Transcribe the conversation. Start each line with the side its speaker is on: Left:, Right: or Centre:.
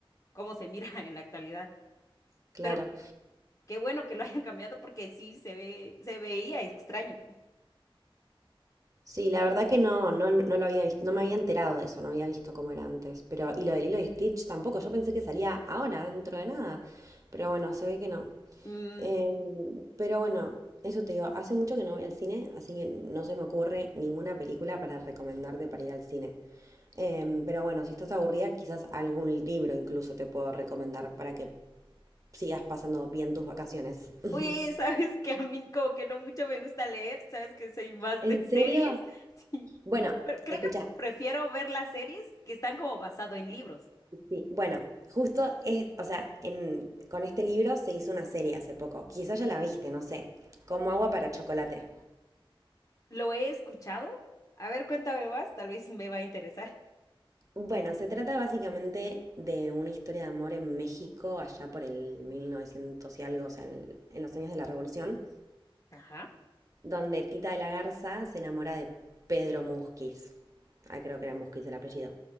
Left: cómo se mira <laughs> en la actualidad.
Right: Claro.
Left: Pero qué bueno que lo hayan cambiado porque sí se ve, se veía extraño.
Right: Sí, la verdad que no, no, no lo había visto, no me había enterado de eso, no había visto cómo era antes. Pero, y lo de Lilo y Stitch tampoco, yo pensé que salía ahora, dentro de nada. Pero bueno, se ve que no.
Left: Mm,
Right: Em, pero bueno, eso te digo, hace mucho que no voy al cine, así que no se me ocurre ninguna película para recomendarte para ir al cine. Em, pero bueno, si estás aburrida, quizás algún libro incluso te puedo recomendar para que sigas pasando bien tus vacaciones. <laughs>
Left: Oye, sabes que a mí como que no mucho me gusta leer, sabes que soy más
Right: ¿En
Left: de series,
Right: serio?
Left: <laughs> sí,
Right: Bueno,
Left: pero creo
Right: escucha,
Left: que prefiero ver las series que están como basado en libros.
Right: sí, bueno, justo es, o sea, en- con este libro se hizo una serie hace poco, quizás ya la viste, no sé, Como agua para chocolate.
Left: ¿Lo he escuchado? A ver, cuéntame más, tal vez me va a interesar.
Right: Bueno, se trata básicamente de una historia de amor en México, allá por el 1900 y algo, o sea, en, en los años de la Revolución,
Left: Ajá.
Right: donde Tita de la Garza se enamora de Pedro Musquiz. Ah, creo que era Musquiz el apellido.